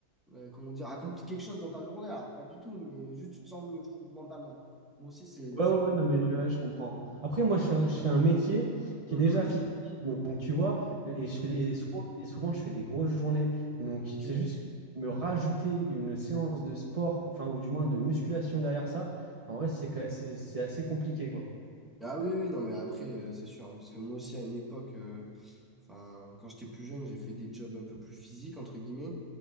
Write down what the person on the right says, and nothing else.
Ouais,
ouais, ouais, non, mais je, ouais, je comprends. Après, moi, je fais un, je fais un métier qui
est déjà physique. Donc, donc, tu vois, et, je
fais, et, souvent, et souvent, je fais des grosses journées. Donc, c'est
juste me rajouter une séance de sport, enfin, ou du moins de musculation derrière ça, en vrai, c'est, quand- c'est, c'est assez compliqué, quoi.